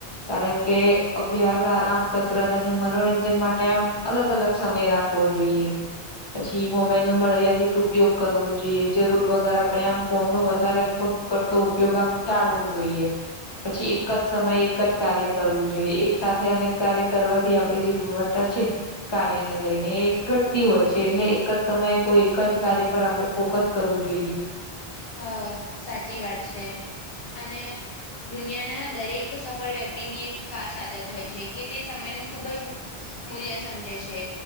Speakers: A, on the left (about 25°); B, on the left (about 70°).
A: કારણ કે અભ્યાસ આરામ કસરત અને મનોરંજન માટે આમ અલગ અલગ સમય રાખ વો જોઈએ. પછી મોબાઈલ નો મર્યાદિત ઉ પયોગ કરવો જોઈએ જરૂર વગર આપડે આમ ફોન નો વધારે પ ડતો ઉપયોગ આમ ટાળવો જોઈએ. પછી એક જ સમયે એક જ કાર્ય કરવું જોઈએ એક સાથે અનેક કાર્ય કરવાથી આપડી જે ગુણવ ત્તા છે કાર્ય ને લઈ ને ઘટતી હોય છે એટલે એક જ સમયે કોઈ એક જ કાર્ય પર આપડણે ફોકસ કરવું જોઈએ‌.
B: હ સાચી વાત છે અને દુનિયાના દરેક સફળ વ્યક્તિની એક ખાસ આદત હોય છે કે તે સમયનું ખૂબ જ મૂલ્ય સમજે છે.